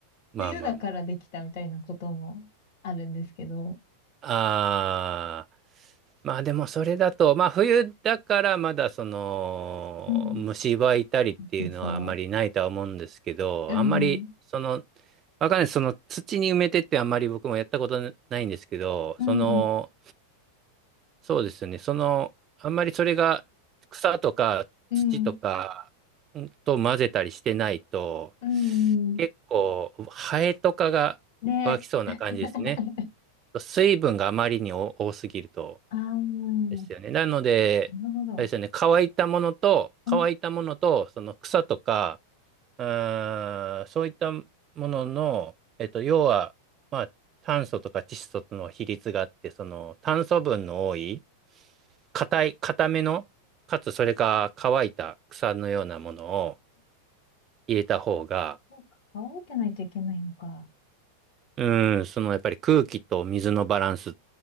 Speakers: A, on the right; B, on the left.
A: まあまあま
B: 冬だからできたみたいなこともあるんですけど。
A: あ。ああ。まあでもそれだと、まあ冬だからまだその、
B: うん。
A: 虫歯いたりっていうのはあまりないとは思うんですけど、
B: そうそう。うん。
A: あんまりそのわかんない。その土に埋めてってあんまり僕もやったことないんですけど、
B: うん。
A: その、そうですね。その、あんまりそれが草とか土とかんと混ぜたりしてないと、
B: うん。うん。
A: 結構ハエとかが湧きそうな感じですね。
B: ね。<laughs>
A: 水分があまりに多多すぎると
B: ああ、な
A: ですよね。なので、
B: るほど。
A: あれですよね。乾いたものと、
B: うん。
A: 乾いたものと、その草とか、うん、そういったものの、えっと、要は、まあ、炭素とか窒素との比率があって、その炭素分の多い、硬い、硬めの、かつそれが乾いた草のようなものを入れた方が、
B: そうか、乾いてないといけないのか。
A: うん、そのやっぱり空気と水のバランス